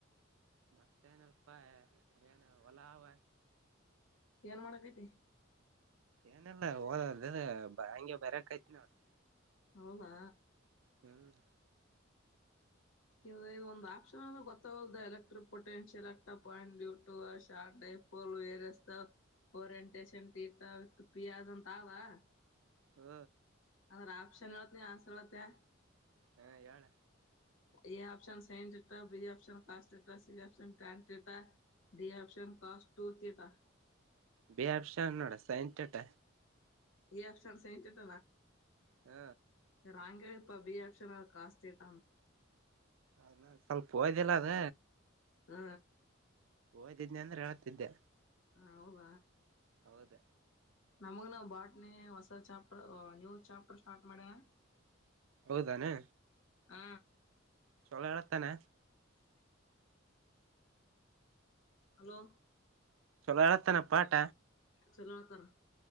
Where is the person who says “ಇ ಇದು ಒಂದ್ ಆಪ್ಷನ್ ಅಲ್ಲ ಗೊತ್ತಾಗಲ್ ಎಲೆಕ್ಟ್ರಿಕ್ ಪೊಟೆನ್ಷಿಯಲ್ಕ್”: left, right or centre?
Left